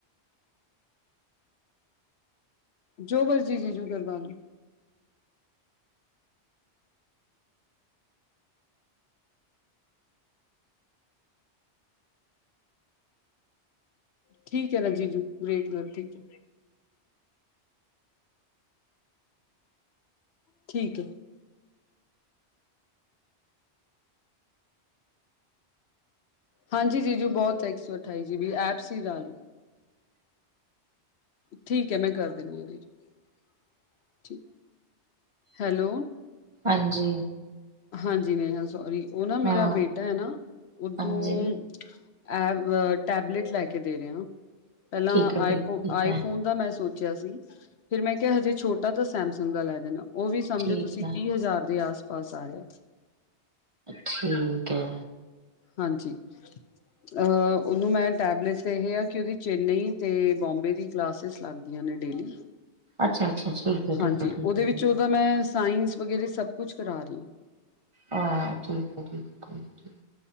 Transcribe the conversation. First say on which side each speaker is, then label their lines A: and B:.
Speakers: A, on the left (about 70°); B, on the right (about 30°).
A: ਜੋ ਮਰਜੀ ਜੀਜੂ ਕਰਵਾ ਲੋ ਠੀਕ ਐ ਨਾ ਜੀਜੂ, ਵੇਟ ਕਰੋ ਠੀਕ ਐ ਠੀਕ ਐ ਹਾਂਜੀ ਜੀਜੂ ਬਹੁਤ ਹੈ ਇੱਕ ਸੌ ਅਠਾਈ ਜੀ ਬੀ ਐਪਸ ਹੀ ਜਾਰੀ ਠੀਕ ਐ ਮੈਂ ਕਰ ਦੇਨੀ ਆ ਜੀਜੂ, ਹੈਲੋ
B: ਹਾਂਜੀ।
A: ਹਾਂਜੀ ਨੇਹਾ ਸੋਰੀ, ਓ ਨਾ ਮੇਰਾ
B: ਹਾਂ
A: ਬੇਟਾ ਐ ਨਾ, ਉਦੋਂ
B: ਹਾਂਜੀ
A: ਐ ਟੈਬਲੇਟ ਲੈਕੇ ਦੇ ਰੇਆ, ਪਹਿਲਾਂ
B: ਠੀਕ ਹੈ
A: ਆਈਫੋਨ
B: ਠੀਕ
A: ਆਈਫੋਨ
B: ਹੈ
A: ਦਾ ਮੈਂ ਸੋਚ ਸੋਚਿਆ ਸੀ ਫਿਰ ਮੈਂ ਕਿਹਾ ਹਜੇ ਛੋਟਾ ਤਾਂ ਸੈਮਸੰਗ ਦਾ ਲੈ ਦੇਵੇ ਆ ਉਹ ਵੀ ਸਮਝੋ
B: ਠੀਕ
A: ਤੁਸੀਂ
B: ਹੈ
A: ਤੀਹ ਹਜ਼ਾਰ ਦੇ ਆਸ-ਪਾਸ ਆਏਗਾ
B: ਠੀਕ ਐ
A: ਹਾਂਜੀ ਉਹਨੂੰ ਮੈਂ ਟੈਬਲੇਟ ਤੇ ਇਹ ਆ ਕਿ ਉਹਦੀ ਚੈਨਈ ਅਤੇ ਬੋਂਬੇ ਦੀ ਕਲਾਸਿਸ ਲੱਗਦੀਆਂ ਨੇ ਡੇਲੀ
B: ਅੱਛਾ -ਅੱਛਾ ਠੀਕ ਹੈ
A: ਹਾਂਜੀ
B: ਠੀਕ ਹੈ ਠੀਕ
A: ਉਹਦੇ
B: ਹੈ
A: ਵਿੱਚ
B: ਠੀਕ
A: ਉਹਦਾ ਮੈਂ ਸਾਇੰਸ ਵਗੈਰਾ ਸਭ ਕੁਛ ਕਰਾ ਰਹੀ ਆ
B: ਹਾਂ ਠੀਕ ਏ ਠੀਕ ਏ ਠੀਕ